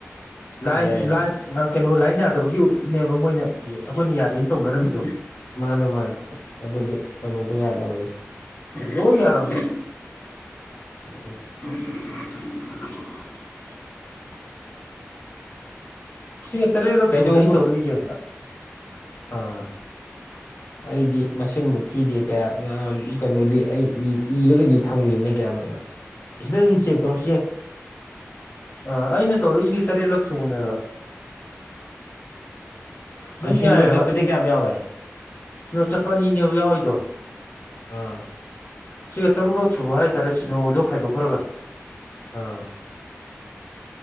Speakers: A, on the left; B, on the left.
A: ꯂꯥꯏꯟ
B: ꯌꯥꯏ
A: ꯂꯥꯏꯟ ꯑ ꯀꯩꯅꯣ ꯂꯥꯏꯟ ꯌꯥꯗꯕꯒꯤꯅꯦꯕ ꯃꯣꯏꯅ ꯑꯈꯣꯏꯅ ꯌꯥꯗꯦꯅ ꯇꯧꯅꯔꯝꯃꯤꯗꯣ
B: ꯃꯥꯅꯦ ꯃꯥꯅꯦ ꯑꯗꯨꯗꯤ ꯀꯅꯣꯗꯣ ꯌꯥꯗꯕꯩ
A: ꯂꯣꯏ ꯌꯥꯔꯝꯃꯦ
B: <unintelligible>
A: <inaudible> ꯁꯤꯒ ꯇꯔꯦꯠꯔꯛ
B: ꯀꯩꯗꯧꯕ
A: ꯁꯨꯕꯅꯦ ꯑꯩꯅ ꯇꯧꯔꯛꯏꯁꯦ
B: ꯑꯥ
A: <unintelligible>
B: ꯑꯩꯗꯤ ꯃꯁꯤꯡꯕꯨ ꯊꯤꯗꯦ ꯀꯌꯥ <unintelligible> ꯀꯩꯅꯣꯗꯤ ꯑꯩ ꯏꯔꯒꯗꯤ ꯊꯝꯈꯤꯕꯅ ꯀꯌꯥꯅꯣꯅ ꯑꯁꯤꯗ ꯑꯗꯨꯝ ꯆꯦꯛ ꯇꯧꯔꯁꯨ ꯌꯥꯏ
A: ꯑ ꯑꯩꯅ ꯇꯧꯔꯛꯏꯁꯤ ꯇꯔꯦꯠꯂꯛ ꯁꯨꯕꯅꯦꯕ ꯑꯗꯨꯝ
B: ꯎꯝ ꯁꯤꯅꯣ
A: ꯌꯥꯏꯑꯕ
B: ꯆꯠꯄꯗꯤ ꯀꯌꯥꯝ ꯌꯥꯎꯋꯦ
A: ꯁꯤꯅꯣ ꯆꯠꯄ ꯑꯅꯤꯅꯦꯕ ꯌꯥꯎꯏꯗꯣ
B: ꯑꯥ
A: ꯁꯤꯒ ꯇꯔꯨꯔꯛ ꯁꯨꯕ ꯍꯥꯏꯇꯥꯔꯦ ꯁꯤꯅꯣꯗꯣ ꯈꯥꯏꯗꯣꯛꯈ꯭ꯔꯒ
B: ꯑꯥ